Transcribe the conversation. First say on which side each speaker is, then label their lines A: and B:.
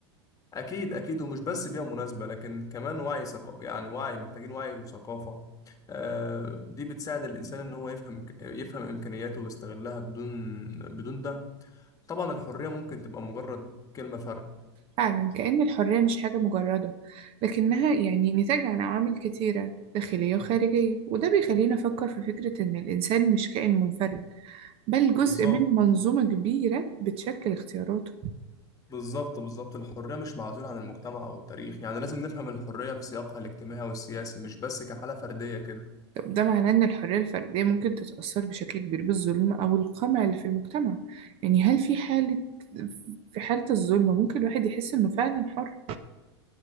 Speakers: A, on the left; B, on the right.
A: أكيد أكيد ومش بس بيئة مناسبة لكن كمان وعي ثقافي يعني وعي محتاجين وعي وثقافة آه، دي بتساعد الإنسان إن هو يفهم يفهم إمكانياته ويستغلها بدون بدون ده طبعا الحرية ممكن تبقى مجرد كلمة فرق
B: فعلا كأن الحرية مش حاجة مجردة لكنها يعني نتاج عن عوامل كتيرة داخلية وخارجية وده بيخلينا نفكر في فكرة إن الإنسان مش كائن منفرد بل جزء
A: بالظبط
B: من منظومة كبيرة بتشكل اختياراته
A: بالظبط بالظبط الحرية مش معزولة عن المجتمع أو التاريخ يعني لازم نفهم الحرية في سياقها الاجتماعي والسياسي مش بس كحالة فردية كده
B: ده معناه إن الحرية الفردية ممكن تتأثر بشكل كبير بالظلم أو القمع اللي في المجتمع يعني هل في حالة في حالة الظلم ممكن الواحد يحس إنه فعلا حر؟